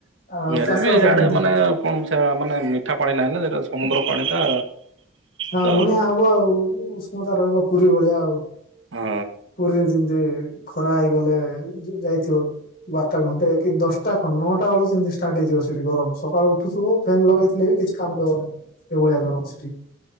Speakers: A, on the left; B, on the right.
A: ଆଉ
B: ହେଲେ
A: ଚାଷ
B: ବି
A: ବାସ
B: ଇଆଡେ
A: କେମିତି?
B: ମାନେ କଣ ସେ ମାନେ ମିଠା ପାଣି ନାହିଁ ନା ସେଟା ସମୁଦ୍ର ପାଣି ଟା
A: ହଁ
B: ତ
A: ଲୁଣିଆ ହବ ଆଉ ଉଷ୍ମତା ରହିବ ପୁରୀ ଭଳିଆ ଆଉ।
B: ହଁ
A: ପୁରୀ ରେ ଯେମିତି ଖରା ହେଇଗଲେ ଯାଇଥିବ ବାରଟା ଘଣ୍ଟେ କି ଦଶଟା ଖ ନଅଟା ବେଳକୁ ସେମିତି ଷ୍ଟାର୍ଟ ହେଇଯିବ। ସେଠି ଗରମ ସକାଳୁ ଉଠୁଥିବ ଫେନ୍ ଲଗେଇଥିଲେ ବି କିଛି କାମ ଦବନି ଏଭଳିଆ ଗରମ ସେଠି।